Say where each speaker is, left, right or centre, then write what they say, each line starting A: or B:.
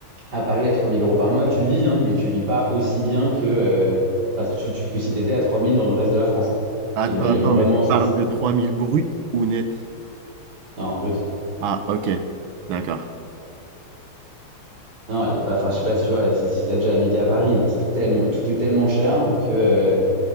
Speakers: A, on the right; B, on the right.
A: À Paris, à 3000 euros par mois, tu vis, hein, mais tu vis pas aussi bien que, euh, enfin, tu, tu- que si t'étais à 3000 dans le reste de la France.
B: Attends,
A: Et moi, il
B: attends,
A: y avait vraiment,
B: mais tu
A: ce-
B: parles de 3000 bruts ou net?
A: non, brut.
B: Ah, ok, d'accord.
A: Non, et pas, enfin, je sais pas si tu vois, si, si t'as déjà habité à Paris, mais c'est tellement, tout est tellement cher que, euh,